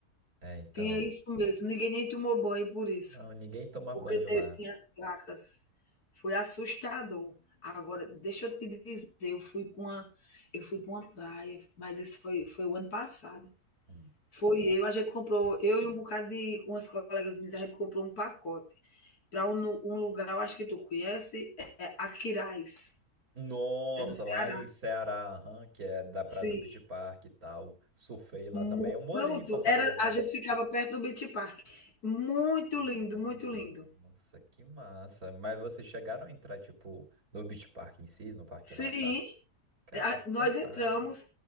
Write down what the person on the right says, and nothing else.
É, então.
Não, ninguém toma
banho
lá.
Hum.
Nossa,
lá em Ceará, aham, que é da Praia
do Beach Park e tal. Surfei lá também.
Eu morei
em Fortaleza
já.
Nossa,
que massa. Mas vocês chegaram a entrar, tipo, no Beach Park em si, no parque
lá aquático? Cara,
que
fantástico.